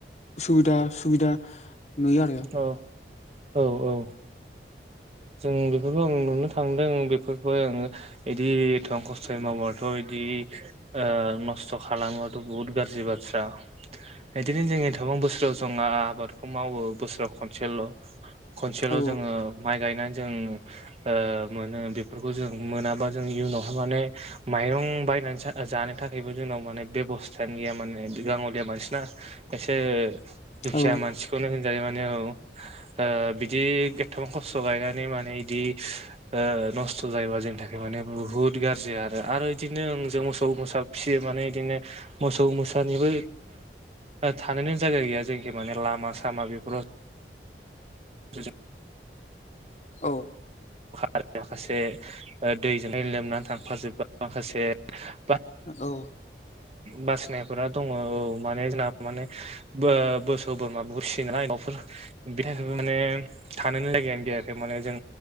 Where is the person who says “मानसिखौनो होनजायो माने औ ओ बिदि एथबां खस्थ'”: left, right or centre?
Right